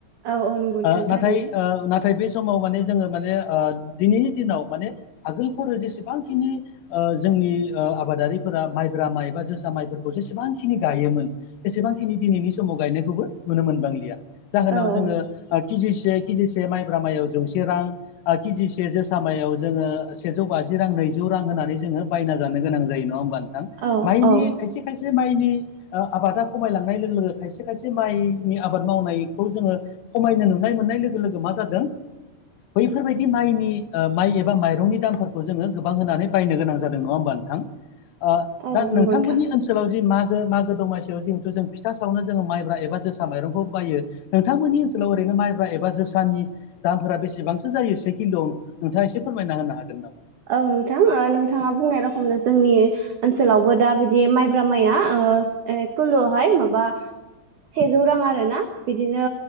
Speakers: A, on the right; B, on the left.
A: औ औ नंगौ नोंथां
B: ओ
A: थारैनो
B: नाथाय ओ नाथाय बे समाव माने जोङो माने ओ दिनैनि दिनाव माने आगोलफोर जेसेबांखिनि ओ जोंनि आबादारिफोरा ओ माइब्रा माइ बा जोसा माइफोरखौ जेसेबांखिनि गायोमोन एसेबांखिनि दिनैनि समाव गायनायखौबो नुनो मोनबांलिया जाहोनाव
A: औ
B: जोङो
A: औ
B: ओ केजिसे केजिसे माइब्रा माइयाव जौसे रां ओ केजिसे जो सामायाव जोङो सेजौ बाजि रां नैजौ रां होनानै जोङो बायना जानो गोनां जायो नङा होमबा नों थां?
A: औ
B: माइनि
A: औ
B: खायसे खायसे माइनि ओ आबादा खमायलांनाय लोगो लोगो खायसे खायसे माइनि आबाद मावनायखौ जोङो खमायनो नुनाय मोननाय लोगो लोगो मा जादों बैफोरबायदि माइनि ओ माइ बा माइरंनि दामफोरखौ जोङो गोबां होनानै बायनो गोनां जादों नङा होनबा नोंथां? ओ
A: औ
B: दा
A: नंगौ
B: नोंथांमोननि
A: नोंथां
B: ओनसोलाव जि मागो मागो दमासि आव जिहेथु जों फिथा सावनो जोङो माइब्रा बा जोसा माइरंखौ बायो नोंथांमोननि ओनसोलाव ओरैनो माइब्रा एबा जोसानि दामफोरा बेसेबांसो जायो एसे खिन्दआव नोंथाङा एसे फोरमायना होनो हागोन नामा?
A: औ नोंथां, नोंथाङा बुंनाय रखमनो जोंनि ओनसोलावबो दा बिदि माइब्रा ओ माइआ किल'आवहाय माबा सेजौ रां आरोना। बिदिनो